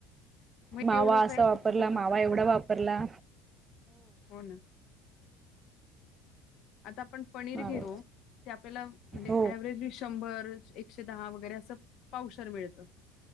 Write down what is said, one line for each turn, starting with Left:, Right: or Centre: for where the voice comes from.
Left: मग
Right: मावा
Left: एवढं
Right: असा
Left: तयार
Right: वापरला
Left: होत
Right: मावा
Left: कस
Right: एवढा
Left: काय
Right: वापरला
Left: हो ना. आता आपण पनीर
Right: मावा
Left: घेतो ते आपल्याला म्हणजे
Right: हो हो
Left: एव्हरेज लिस्ट शंभर एकशे दहा वगैरे असं पाव शेर मिळतं.